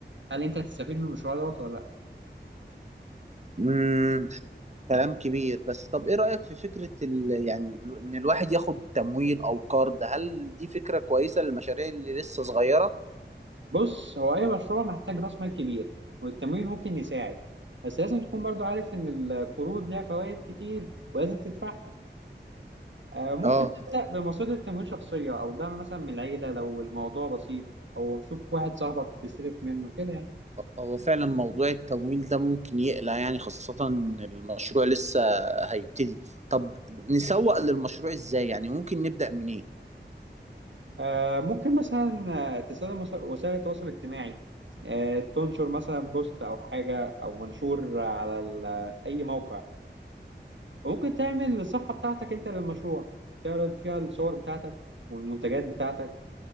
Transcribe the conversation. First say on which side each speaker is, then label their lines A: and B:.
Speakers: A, on the right; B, on the right.
A: هل أنت هتستفيد من المشروع دوت ولا لأ
B: مم. كلام كبير بس طب إيه رأيك في فكرة ال... يعني ال- إن الواحد ياخد تمويل أو قرض هل دي فكرة كويسة للمشاريع اللي لسه صغيرة؟
A: بص هو أي مشروع محتاج رأس مال كبير والتمويل ممكن يساعد بس لازم تكون برضو عارف إن القروض ليها فوائد كتير ولازم تدفعها آه، ممكن
B: اه
A: تبدأ بمصادر تمويل شخصية أو دعم مثلا من العيلة لو الموضوع بسيط أو شوف واحد صاحبك تستلف منه كده يعني
B: هو فعلا موضوع التمويل ده ممكن يقلق يعني خاصة إن المشروع لسه هيبتدي طب نسوق للمشروع إزاي يعني ممكن نبدأ منين؟
A: آه، ممكن مثلا آه، تستخدم وس- وسائل التواصل الاجتماعي آه، تنشر مثلا بوست أو حاجة أو منشور على ال- أي موقع وممكن تعمل الصفحة بتاعتك أنت للمشروع تعرض فيها الصور بتاعتك والمنتجات بتاعتك